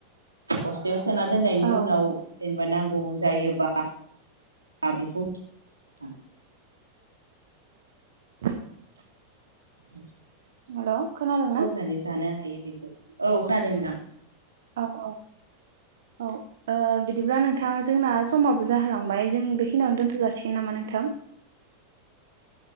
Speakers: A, on the right; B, on the right.
A: बस्थायाव सो सोना दोननायनि
B: औ
A: उनाव जेनेबा नांगौ जायोबा बिखौ <unintelligible>
B: <inaudible>
A: औ
B: हेल' खोनादोंना
A: सरनानै जानो हायो । बेखौ औ खोनादों नोंथां
B: औ औ औ ओ बिदिब्ला नोंथां जोंना समाबो जाहोलांबाय जों बेखिनियावनो दोनथ' जासिगोन नामा नोंथां?